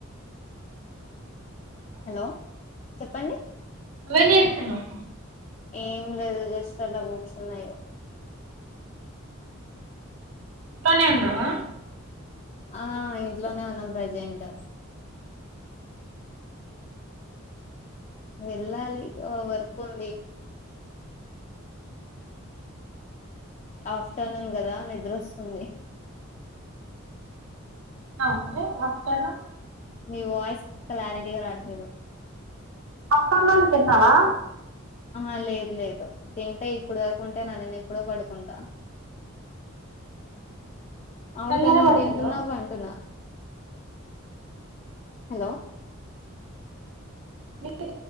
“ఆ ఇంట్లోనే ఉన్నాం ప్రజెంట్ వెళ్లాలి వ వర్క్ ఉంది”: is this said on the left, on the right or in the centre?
Left